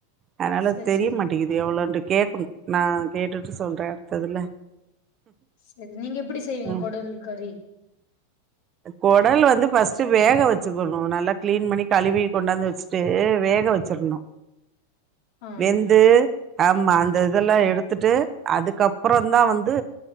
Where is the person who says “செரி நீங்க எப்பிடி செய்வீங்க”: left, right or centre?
Left